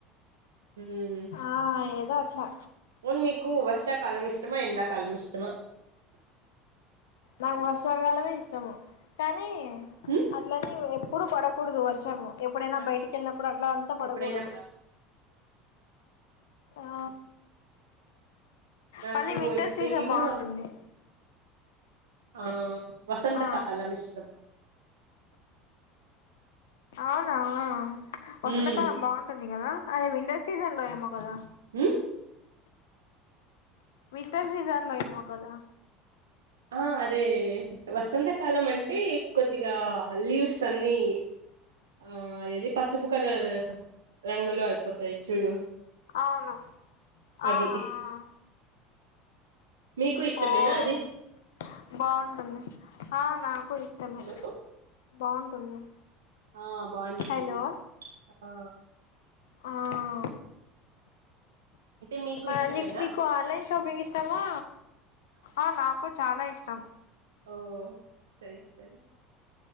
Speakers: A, on the right; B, on the left.
A: హ్మ్
B: ఆ ఏదో అట్లా
A: ఉన్ మీకు వర్షాకాలం ఇష్టమా ఎండాకాలం ఇష్టమా
B: నాకు వర్షాకాలమే ఇష్టము కానీ
A: హ్మ్
B: అట్లనే ఎప్పుడు పడకూడదు వర్షము ఎప్పుడైనా
A: వర్ష
B: బయటికి వెళ్ళినప్పుడు అట్ల అంతా పడకూడదు
A: ఎప్పుడైనా
B: ఆ
A: ఓక నాకు
B: మళ్ళీ వింటర్
A: అయితేగిన
B: సీజన్ బాగుంటుంది
A: ఆ వసంతకాలం
B: ఆ
A: ఇష్టం
B: అవునా వసంతకాలం
A: ఉమ్
B: బాగుంటుంది కదా అది వింటర్ సీజన్ లో ఏమో కదా
A: హ్మ్
B: వింటర్ సీజన్ లో ఏమో కదా
A: ఆ అదే వసంతకాలం అంటే కొద్దిగా లీవ్స్ అన్ని ఆ అదేది పసుపు కలర్ రంగులో అయిపోతది చూడు
B: అవును
A: అది
B: ఆ ఆ
A: మీకు ఇష్టమేనా
B: ఆ ఓ
A: అది
B: బాగుంటుంది ఆ నాకు ఇష్టమే
A: హలో
B: బాగుంటుంది
A: ఆ బాగుంటుంది
B: హలో
A: ఆ
B: ఆ
A: అయితే మీకు
B: మరి
A: ఇష్టమేనా
B: అన్ని మీకు ఆన్లైన్ షాపింగ్ ఇష్టమా ఆ నాకు చాలా ఇష్టం
A: ఓ సరే సరే